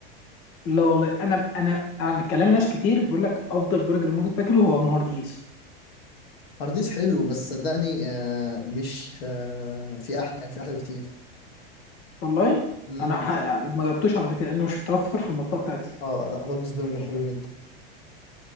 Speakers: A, on the left; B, on the left.
A: لا والله انا انا انا كلام ناس كتير بيقول لك افضل برجر ممكن تاكله هو من هارديز
B: هارديس حلو بس صدقني آه مش آه في أحلى يعني في أحلى بكتير
A: والله
B: مم.
A: انا ح- ما جربتوش على فكره لانه مش متوفر في المنطقه بتاعتي
B: اه لا هولمز برجر حلو جدا